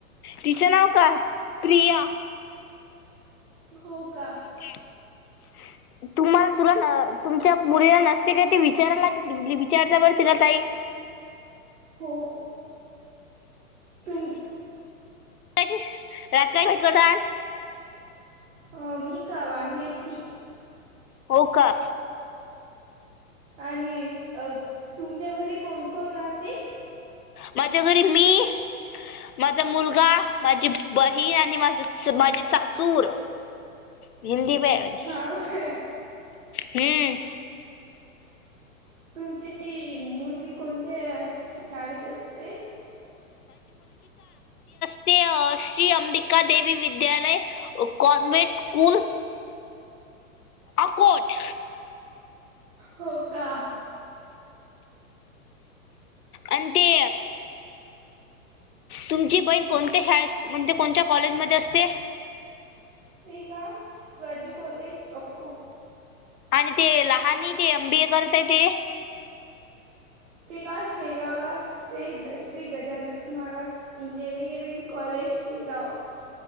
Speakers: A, on the left (about 90°); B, on the right (about 55°).
A: तिचं नाव काय प्रिया.
B: हो का.
A: <inaudible> तुम्हाला तुला न तुमच्या मुलीला नसते काही ते विचारायलाग विचारता बर तिला ताई. <inaudible>
B: हो. तुम --
A: काय ते? <unintelligible>
B: हो. मी का वांग्याची.
A: हो का.
B: आणि अ तुमच्या घरी कोण कोण राहते?
A: माझ्या घरी मी माझा मुलगा, माझी बहीण आणि माझ माझी सासूर हिंदी <unintelligible> माझी
B: हा काय
A: हम.
B: तुमची मुलगी कोणत्या शाळेत असते?
A: ते श्री अंबिका देवी विद्यालय कॉन्व्हेंट स्कूल अकोट
B: हो का.
A: ऑंटी तुमची बहीण कोणत्या शाळेत म्हणजे कोणत्या कॉलेजमध्ये असते.
B: रेजा शिवाजी कॉलेज अक्कूट
A: आणि ते लहान ये ते एम बी ए करतय ते
B: तेका शेगावला असते ते ग श्री गजानन महाराज इंजिनिअरिंग कॉलेज शे गाव.